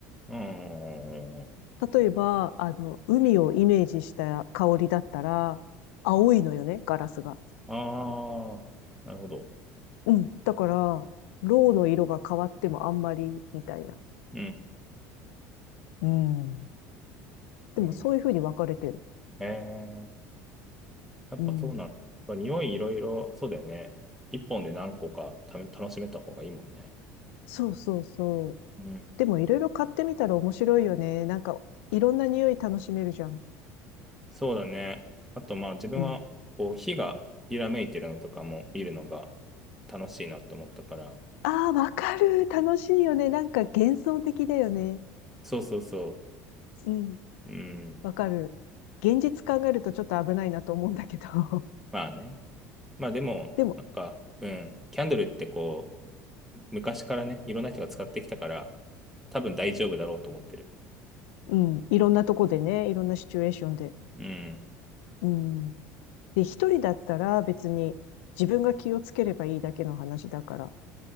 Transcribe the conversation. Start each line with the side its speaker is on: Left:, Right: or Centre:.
Centre: うん。うんうんうんうん
Left: 例えば、あの、海をイメージした香りだったら、青いのよね、ガラスが。
Centre: ああー、なるほど。
Left: うん。だから、ロウの色が変わってもあんまり、みたいな。
Centre: うん。
Left: うん。でもそういう風に分かれてる。
Centre: うん。えーやっぱそうなんだ。
Left: うん。
Centre: やっぱ匂いいろいろ、そうだよね。一本で何個かため楽しめた方がいいもんね。
Left: そうそうそう。
Centre: うん。
Left: でもいろいろ買ってみたら面白いよね。なんか、いろんな匂い楽しめるじゃん。
Centre: そうだね。あとまあ自分はこう火が揺らめいてるのとかも見るのが
Left: うん。
Centre: 楽しいなって思ったから。
Left: ああ、わかる。楽しいよね。なんか幻想的だよね。
Centre: そうそうそ
Left: うん。
Centre: う。うん。
Left: わかる。現実考えるとちょっと危ないなと思うんだけど。<laughs>
Centre: まあね。まあでも、
Left: でも、
Centre: なんか、うん。キャンドルってこう、昔からね、いろんな人が使ってきたから、多分大丈夫だろうと思ってる。
Left: うん、いろんなとこでね、いろんなシチュエーションで。
Centre: うん。
Left: うん。で、一人だったら別に自分が気をつければいいだけの話だから。